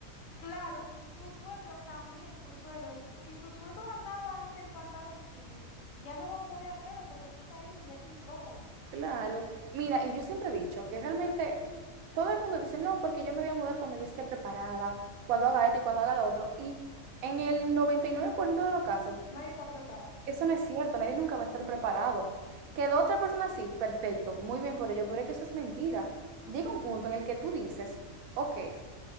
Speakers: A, on the left (about 70°); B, on the right (about 80°).
A: claro, tu suegro también, tus suegros, si tu suegro andaba antes en pantaloncillo, ya no va a poder hacerlo porque tú estás ahí y él te incómodo.
B: Claro. Mira, y yo siempre he dicho que realmente todo el mundo dice, no, porque yo me voy a mudar cuando yo esté preparada, cuando haga esto y cuando haga lo otro. Y en el 99% de los casos,
A: Nadie está preparado.
B: eso no es cierto, nadie nunca va a estar preparado. Quedó otra persona así, perfecto, muy bien por ello, pero es que eso es mentira. Llega un punto en el que tú dices, ok,